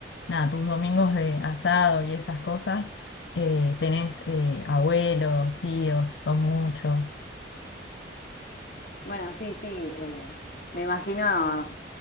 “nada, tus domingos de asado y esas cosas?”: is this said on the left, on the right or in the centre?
Left